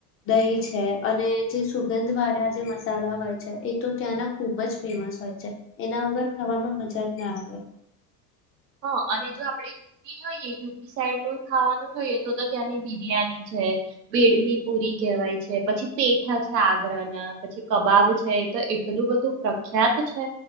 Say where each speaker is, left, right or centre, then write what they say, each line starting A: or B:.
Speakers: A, on the left (about 30°); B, on the right (about 80°).
A: દહી છે અને જે સુગંધ વાળા જે મસાલા હોય છે એ તો ત્યાંના ખુબ જ ફેમસ હોય છે. એના વગર ખાવામાં મજા જ ના આવે.
B: હહ અને જો આપડે યુપી જોઈએ યુપી સાઈડ નું ખાવાનું જોઈએ તો તો ત્યાંની બિરિયાની છે બેડમી પુરી કહેવાય છે પછી પેઠા છે આગ્રાના પછી કબાબ છે તો એટલું બધું પ્રખ ખ્યાત છે